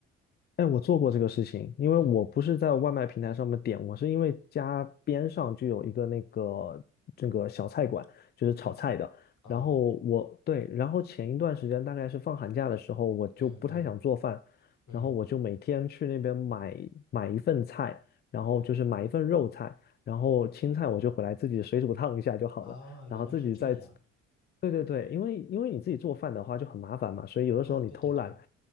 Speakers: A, on the left (about 30°); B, on the left (about 50°).
A: 哎，我做过这个事情，因为我不是在外卖平台上面点，
B: 嗯
A: 我是因为家边上就有一个那个这个小菜馆，就是炒菜的。
B: 嗯哦，
A: 然后我对，然后前一段时间大概是放寒假的时候，我就不太想做饭，
B: 嗯嗯嗯，
A: 然后我就每天去那边买买一份菜，然后就是买一份肉菜，
B: 嗯
A: 然后青菜我就回来自己水煮烫一下就好了，
B: 哦，
A: 然后自己再
B: 原来是这样
A: 对对对，因为因为你自己做饭的话就很麻烦嘛，
B: 嗯
A: 所以有的时候你偷懒，
B: 啊！对对对